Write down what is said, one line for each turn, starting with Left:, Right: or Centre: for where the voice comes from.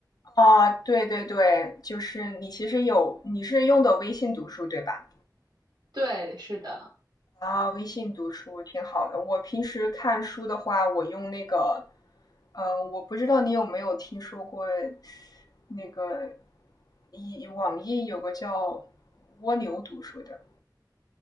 Left: 啊，对对对，就是你其实有你是用的微信读书对吧？
Right: 对，是的，
Left: 啊，微信读书挺好的。我平时看书的话，我用那个，嗯、我不知道你有没有听说过那个一网易有个叫蜗牛读书的。